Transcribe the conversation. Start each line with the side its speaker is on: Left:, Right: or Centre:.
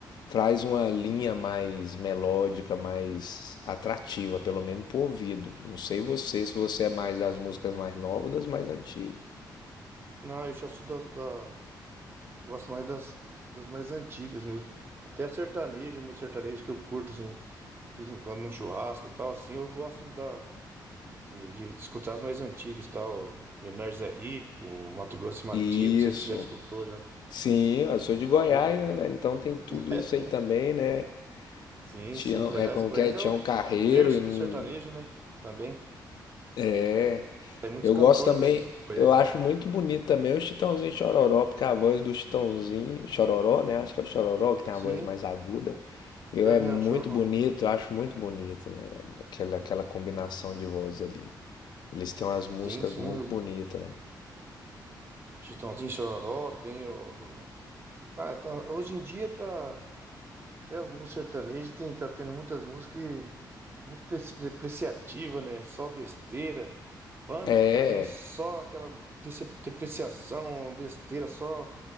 Left: traz uma linha mais melódica, mais atrativa, pelo menos pro ouvido. Não sei você, se você é mais das músicas mais novas ou das mais antigas.
Right: Não, eu já sou das- da, Gosto mais das, das mais antigas mesmo. Até a sertaneja, música sertaneja que eu curto, assim, de vez em quando num churrasco e tal, assim, eu gosto da, de, de escutar as mais antigas e tal. Leonardo Zé Rico, Mato Grosso e Matias,
Left: Isso.
Right: não sei se você já escutou já.
Left: Sim, eu sou
Right: Você
Left: de Goiás,
Right: curte?
Left: né, velho? Então tem tudo
Right: <laughs>
Left: isso aí também, né?
Right: Sim,
Left: Tião,
Right: sim, Goiás.
Left: é como
Right: e Goiás
Left: que é?
Right: é
Left: Tião
Right: o
Left: Carreiro
Right: o berço
Left: e não-
Right: do sertanejo, né? Também.
Left: é
Right: Tem muitos
Left: Eu
Right: cantores
Left: gosto também,
Right: aí de de Goiás,
Left: eu acho
Right: né?
Left: muito bonito também o Chitãozinho e Chororó, porque a voz do Chitãozinho Chororó, né? Acho que é o Chororó que tem
Right: Sim,
Left: a voz mais aguda. Eu
Right: é,
Left: é muito
Right: é o Chororó.
Left: bonito, eu acho muito bonito, né, velho? Aquela, aquela combinação de vozes ali. Eles têm umas músicas
Right: Sim, sim,
Left: muito
Right: o
Left: bonitas, né?
Right: Chitãozinho Chororó, tem o... o- Ah, tá, hoje em dia tá... Até as músicas sertanejas tem, tá tendo muitas músicas que- muito dece- depreciativa, né? Só besteira. Punk
Left: É,
Right: também é só aquela dece- depreciação, besteira, só